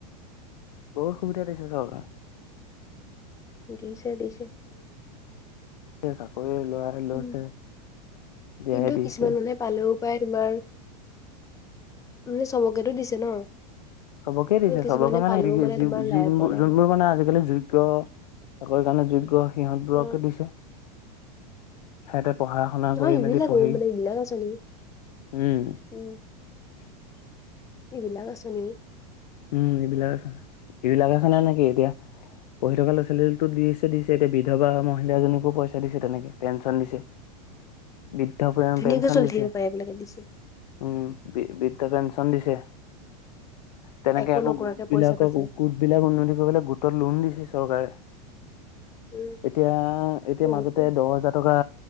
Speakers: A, on the left; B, on the left.
A: বহুত সুবিধা দিছে চৰকাৰে।
B: দিছে, দিছে।
A: এ, চাকৰি লৰাই লৈছে
B: উম,
A: দিয়াই
B: কিন্তু
A: দিছে
B: কিছুমান মানে পালেও পায় তোমাৰ মানে চবকেতটো দিছে ন?
A: চবকে দিছে
B: আৰু কিছুমানে
A: চবকে মানে,
B: পালেও
A: যোৰ-যোনবোৰ
B: তোমাৰ নাই পোৱা ন
A: মানে আজিকালি যোগ্য। চাকৰি কাৰণে যোগ্য সিহঁতবোৰকে
B: অ
A: দিছে, সিহঁতে পঢ়া শুনা
B: নহয়
A: কৰি
B: এইবিলাকো
A: মেলি পঢ়ি উম,
B: মানে এইবিলাক আঁচনি উম
A: <unintelligible>
B: এইবিলাক আঁচনি।
A: উম, এইবিলাকে আঁচনি, এইবিলাকে আঁচনি মানে কি এতিয়া পঢ়ি থকা ল'ৰা ছোৱালীতো দিছে, দিছে এতিয়া বিধৱা মহিলাজনিকো পইচা দিছে, তেনেকে পেঞ্চন দিছে। বৃদ্ধ পে-পেঞ্চন
B: ধুনীয়াকে চলি
A: দিছে,
B: থাকিব পাৰে এইবিলাকে দিছে
A: উম, বৃদ্ধ পেঞ্চন দিছে। তেনেকে
B: একো
A: আকৌ
B: নকৰাকে
A: গোটবিলাকক,
B: পইচা পাইছে
A: গোটবিলাক উন্নতি কৰিবলৈ, গোটত লোন দিছে চৰকাৰে।
B: উম
A: এতিয়া, এতিয়া
B: বহুত
A: মাজতে
B: পইচা
A: দহ হাজাৰ টকা